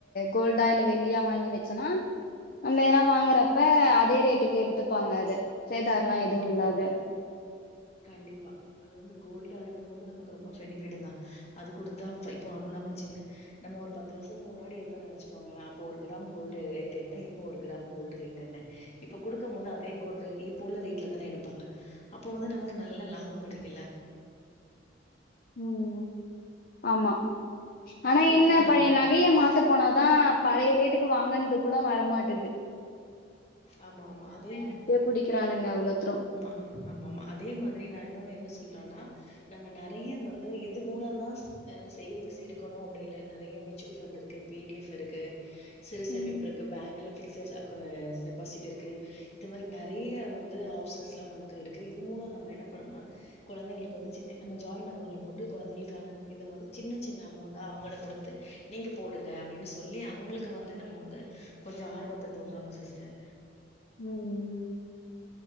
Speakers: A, on the left (about 50°); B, on the left (about 35°).
A: கோல்டா இல்ல வெள்ளியா வாங்கி வச் சுன்னா நம்ம ஏனா வாங்குறப்ப அதே ரேட்டுக்கு எடுத்துப்பாங்க அத சேதாரலா எதுவும்
B: கண்டிப்பா.
A: இல்லாத
B: கண்டிப்பா அது வந்து கோல்டா இருக்கும் போது நமக்கு ரொம்ப பெனிபிட் தான் அது கொடுத்தா இப்ப அவ நம்ம சின்ன நம்ம ஒரு பத்து வருஷத்துக்கு முன்னாடி இருக்கன் நெனச்சுக்கோங்கள அப்போ ஒரு கிராம் கோல்டு ரேட் என்ன இப்போ ஒரு கிராம் கோல்டு ரேட் என்ன இப்ப குடுக்கும் போது அதே கோல்டு ரேட் இப் போல ரேட்ல தான எடுப்பாங்க அப்போ வந்து நமக்கு நல்ல லாபம் கெடைக்குல
A: ம் ஆமா ஆனா
B: அதே
A: என்ன
B: மாரி
A: பழைய ந நகைய மாத்த போனாதான் பழைய ரேட்டுக்கு வாங்கனது கூட வரமாட்டது
B: ஆமா ஆமா அதே
A: புடிக்குறானுங்க அவ்ளோதுரும்
B: ஆமா ஆமா அதே மாதிரி நா இன்னொன்னு என்ன சொல்றன்னா நம்ம நெறைய வந்து இது மூல தான் அ சேவிங்ஸ் இருக்கணும் அப்படி இல்ல நெறைய மியூச்சுவல் பஃண்டு இருக்கு பி டி எஃப் இருக்கு சிறு சேமிப்பு
A: ம்
B: இருக்கு பேங்க்ல பிக்சஸ் அக் அ டெபாசிட் இருக்கு இந்த மாரி நறைய வந்து ஆப் சஸ்லா நமக்கு இருக்கு இது மூலோ நம்ம என்ன பண்ணோனா கொழந்தைங்குளுக்கு வந்து சின்ன நம்ம ஜாய்ண்ட் அக்கவுண்ட்ல போட்டு கொழந்தைங்களுக்கான இத வந்து சின்ன சின்ன அமௌண்டா அவங்கள்ட குடுத்து நீங்க போடுங்க அப்டீன்னு சொல்லி அவுங்களுக்கு வந்து நம்ம வந்து கொஞ்சோ ஆர்வத்த தூண்டணோ சிஸ்டர்
A: ம் ம்